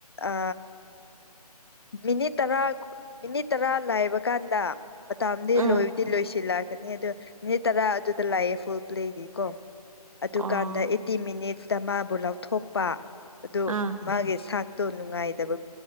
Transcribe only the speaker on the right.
ꯎꯝ
ꯑꯣ
ꯑꯥ